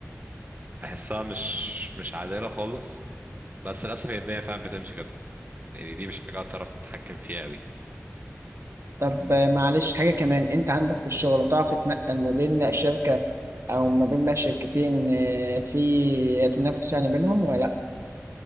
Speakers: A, on the right (about 40°); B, on the right (about 70°).
A: بحسها مش مش عادلة خالص بس للأسف هي الدنيا فعلا بتمشي كده يعني دي مش حاجة تعرف تتحكم فيها قوي
B: طب آه، معلش حاجه كمان انت عندك في الشغل بتعرف تتنقل ما بين شركه او ما بين بقى شركتين آه، في تنافس يعني بينهم ولا لا